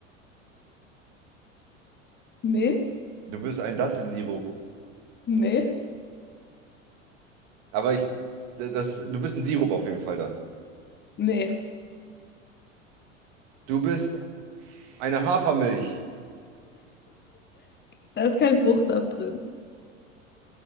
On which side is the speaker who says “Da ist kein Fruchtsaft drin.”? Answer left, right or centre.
Left